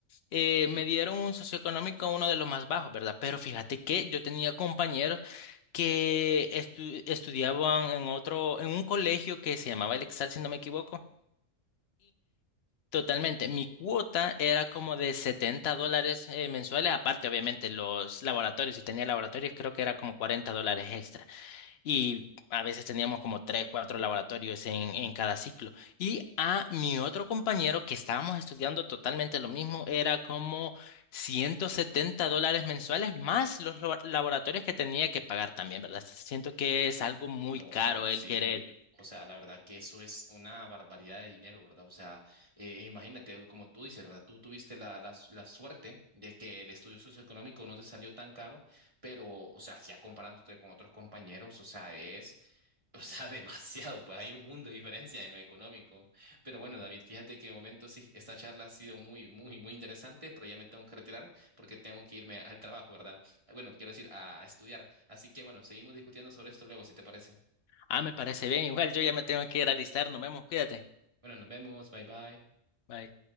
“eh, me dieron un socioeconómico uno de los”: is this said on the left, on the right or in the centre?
Left